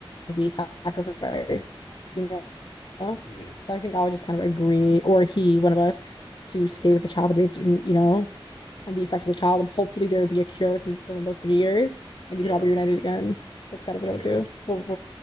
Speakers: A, on the left; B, on the left.
A: to be sacrificed, you know?
B: Yeah.
A: So, I think I would just kind of agree, or he, one of us, to stay with the child and raise, you know, and be
B: Mm.
A: effective with the child. And hopefully, there would be a cure within, within those three years and
B: Yeah.
A: we could all be reunited again. That's kind of
B: Okay.
A: what I would do. What, what,